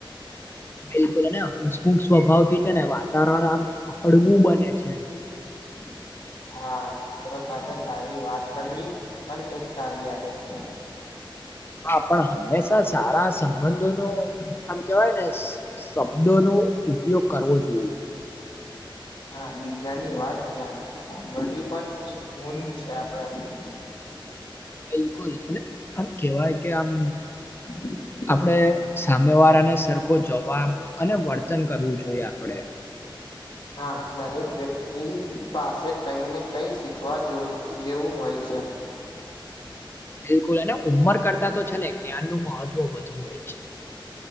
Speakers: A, on the left; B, on the left.
A: બિલકુલ અને હસમુખ સ્વભાવ થી છે ને વાતાવરણ આમ હળવું બને છે.
B: <inaudible> હા મિત્રો સાથે સારી વાત કરવી પણ એક સારી આદત છે. <unintelligible>
A: હા પણ હંમેશા સારા સંબંધો ન આમ કેવાય ને શબ્દો નો ઉપયોગ કરવો જોઈએ.
B: હા બીજાની વાત ધ્યાનથી સાંભળવી પણ એક <inaudible> છે આપણેે. <unintelligible>
A: બિલકુલ અને આમ કેવાય કે આમ
B: <unintelligible>
A: આપણે સામે વાર અને સરખો જવાબ અને વર્તન કરવું જોઈએ આપડે.
B: હા દરેક વ્યક્તિ પાસે કઈ ને કઈ શીખવા જોવું જેવું હોય છે. છે.
A: બિલકુલ અને ઉંમર કરતા તો છે ને જ્ઞાન નું મહત્વ વધુ હોય છે.